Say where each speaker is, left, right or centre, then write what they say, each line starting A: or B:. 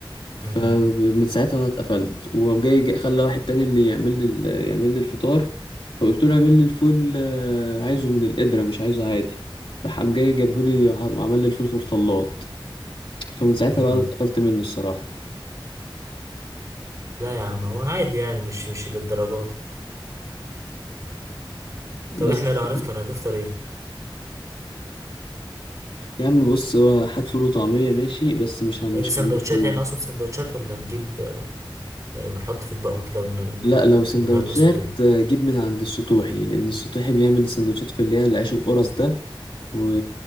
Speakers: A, on the left; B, on the right.
A: فمن
B: امم
A: ساعتها انا اتقفلت وقام جاي جاي- خلى واحد تاني اللي يعمل لي ال- يعمل لي الفطار فقلت له اعمل لي الفول آه، عايزه من القدرة مش عايزه عادي راح قام جاي جابه لي وعمل لي الفول في الخلاط فمن ساعتها
B: امم
A: بقى انا اتقفلت منه الصراحة
B: لا يا عم هو عادي يعني مش مش للدرجه دي
A: بس
B: طب احنا لو هنفطر هتفطر ايه
A: يا عم بص هو هات فول وطعمية ماشي بس مش عن
B: نجي
A: مش
B: سندوتشات
A: عند يوم
B: يعني اقصد سندوتشات ولا نجيب آه، ونحط في اطباق وكده ون- ون-
A: لا لو
B: ونغمس
A: سندوتشات
B: وكده
A: آه، جيب من عند السطوحي لأن السطوحي بيعمل السندوتشات في اللي هي العيش القرص ده و...